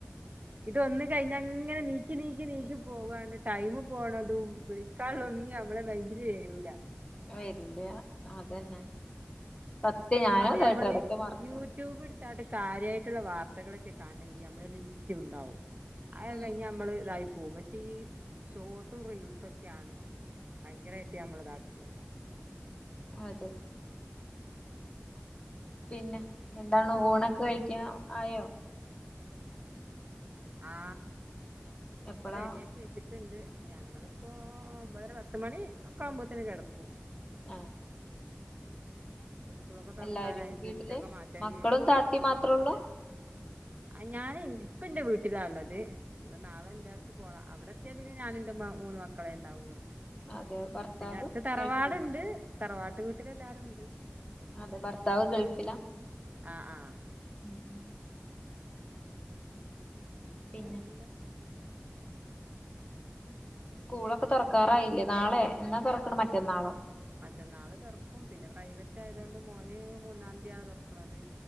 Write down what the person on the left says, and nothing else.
വരില്ല അതന്നെ സത്യം
ഞാനും
അതായിട്ട് ഇടക്ക് മറക്കും
ഉം
അതെ പിന്നെ എന്താണ് ഊണൊക്കെ കഴിക്കാൻ ആയോ
എപ്പളാ
അ
എല്ലാരും വീട്ടില്
മക്കളും താത്തിം മാത്രൊള്ളു
അതെ ഭർത്താവ്
ഗൾഫില്
അതെ ഭർത്താവ് ഗൾഫിലാ
ഉം പിന്നെ
സ്കൂളൊക്കെ തുറക്കാറായില്ലേ നാളെ എന്നാ തുറക്കണെ മറ്റന്നാളോ